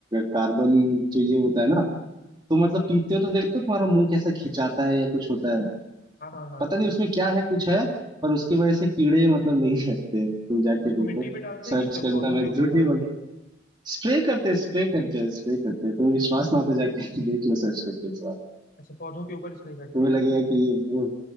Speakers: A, on the right (about 20°); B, on the left (about 45°).
A: कार्बन जो ये होता है ना तो मतलब पीते हो तो देखते हो तुम्हारा मुंह कैसा खिंचाता है या कुछ होता है
B: हाँ हाँ हाँ
A: पता
B: हाँ
A: नहीं उसमें क्या है कुछ है पर उसकी वजह से कीड़े मतलब नहीं लगते हैं तुम जाके
B: तो उसको
A: देखो
B: मिट्टी पे डालते
A: सर्च
B: हैं कि
A: करना
B: प- पौधों
A: मैं
B: के ऊपर
A: झूठ नहीं
B: डालते
A: बोला
B: हैं
A: स्प्रे करते हैं स्प्रे करते हैं स्प्रे करते हैं तुम्हें विश्वास ना हो तो जाके <laughs> देख लो सर्च करके इस बार
B: अच्छा पौधों के ऊपर स्प्रे करते
A: तुम्हें
B: हैं
A: लगेगा कि ये वो